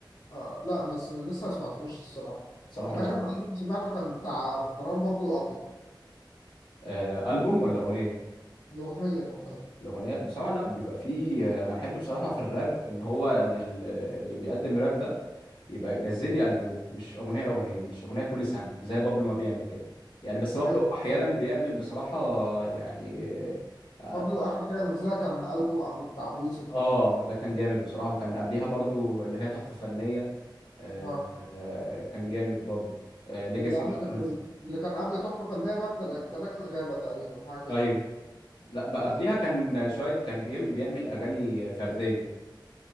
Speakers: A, on the left; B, on the left.
A: آه لا بس لسه ما سمعتوش الصراحة
B: بصراحه
A: أنا
B: لا
A: آخر
B: يعني
A: تحديد سمعته كان بتاع مروان بابلو وأبيو
B: آه، البوم ولا اغنيه
A: الأغنية الأغنية
B: الاغنيه بصراحه لا بيبقى فيه آه، انا احب بصراحه في الراب ان هو ان ال- اللي بيقدم راب ده يبقى ينزل لي البوم مش اغنيه اغنيه مش اغنيه كل سنه زي بابلو ما بيعمل كده يعني بس
A: ده
B: بابلو
A: حقيقي
B: احيانا بيعمل بصراحه يعني آه،
A: بابلو آخر حاجة نزلها كان ألبوم قبل بتاع أبو يوسف ده
B: اه ده كان جامد بصراحة وكان قبليها برضو اللي هي تحفة فنية آه
A: اه
B: آه كان جامد برضو آه
A: واللي
B: ليجاسي
A: قبل
B: برضو
A: كان
B: نزل
A: واللي كان قبل تحفة فنية بقى بتاع- تراك الغابة تقريبا حاجة
B: ايوه
A: كده
B: لا بقى قبليها
A: أيوه
B: كان
A: أيوه
B: شوية كان بيعمل, بيعمل اغاني فردية